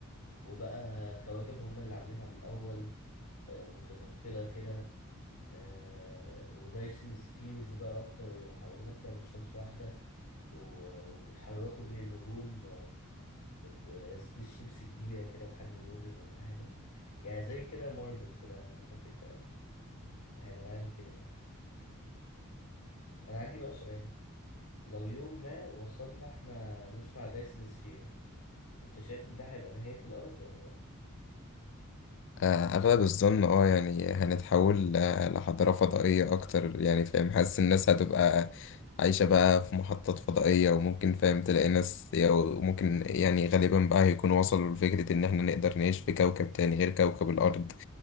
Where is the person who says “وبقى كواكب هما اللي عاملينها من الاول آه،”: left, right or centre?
Left